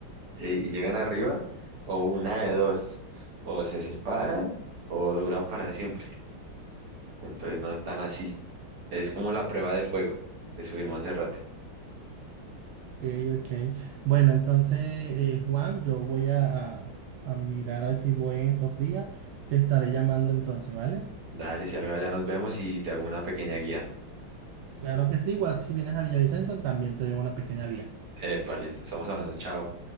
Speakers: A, on the right; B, on the right.
A: eh, y llegan arriba, o una de dos, o se separan o duran para siempre. Entonces no es tan así. Es como la prueba de fuego de subir Monserrate.
B: Ok, ok. Bueno, entonces, eh, Juan, yo voy a, a, a mirar a ver si voy en estos días. Te estaré llamando entonces, ¿vale?
A: Dale, si algo allá nos vemos y te hago una pequeña guía.
B: Claro que sí, igual si vienes a Villavicencio, también te llevo una pequeña vía.
A: Epa, listo, estamos hablando, chao.